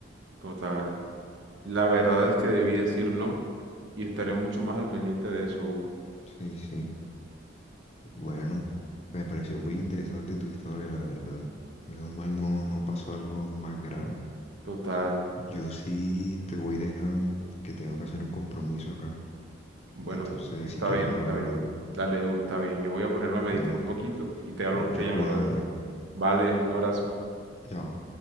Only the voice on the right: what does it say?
Total. La verdad es que debí decir no y estaré mucho más al pendiente de eso, Hugo.
Total.
Bueno,
está
bien,
está bien.
Dale, Hugo, está bien. Yo voy a ponerme a meditar
un poquito y te hablo-
te llamo
luego.
Vale, un abrazo.